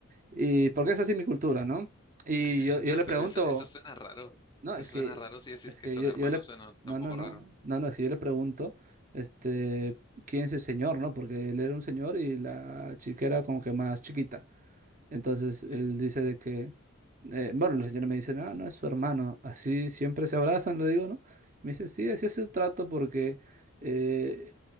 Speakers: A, on the right; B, on the left.
A: Y porque es así mi cultura, ¿no? Y
B: <laughs>
A: yo, yo
B: No,
A: le
B: pero
A: pregunto.
B: eso, Sí, eso suena raro.
A: No,
B: Eso
A: es que,
B: suena raro si decís
A: es
B: que
A: que
B: son
A: yo,
B: hermanos,
A: yo le,
B: suena
A: no,
B: tampoco
A: no, no,
B: raro.
A: no, no, es que yo le pregunto, este, ¿quién es el señor, no? Porque él era un señor y la chica era como que más chiquita. Entonces él
B: Sí,
A: dice de que, eh, bueno, la señora me dice, no, no es su hermano, así siempre se abrazan, le digo, ¿no? me dice, sí, así es el trato porque eh,